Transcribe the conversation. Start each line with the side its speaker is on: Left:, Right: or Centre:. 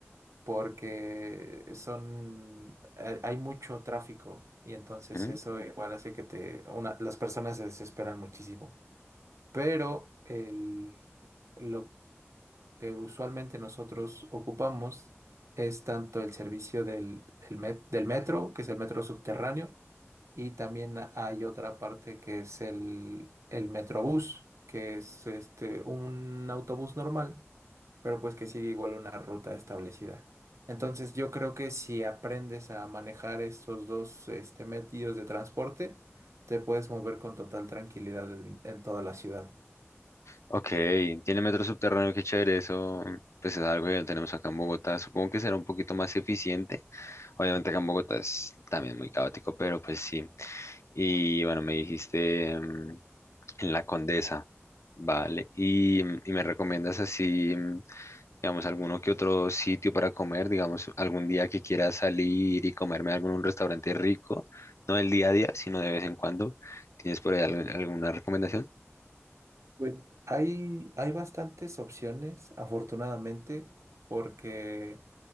Right: porque son, hay hay mucho tráfico y entonces
Left: Ujú.
Right: eso igual hace que te, una- las personas se desesperan muchísimo. Pero el- lo que usualmente nosotros ocupamos es tanto el servicio del, del met- del metro, que es el metro subterráneo, y también hay otra parte que es el, el Metrobús, que es este, un autobús normal, pero pues que sigue igual una ruta establecida. Entonces yo creo que si aprendes a manejar estos dos este, medios de transporte, te puedes mover con total tranquilidad en, en toda la ciudad.
Left: Ok, tiene metro subterráneo, qué chévere, eso pues es algo que tenemos acá en Bogotá, supongo que será un poquito más eficiente, obviamente acá en Bogotá es también muy caótico, pero pues sí. Y bueno, me dijiste mm, en La Condesa, vale, y, y me recomiendas así... mm, digamos, alguno que otro sitio para comer, digamos, algún día que quiera salir y comerme algo en un restaurante rico, no el día a día, sino de vez en cuando. ¿Tienes por ahí al- alguna recomendación?
Right: Pues hay, hay bastantes opciones, afortunadamente, porque...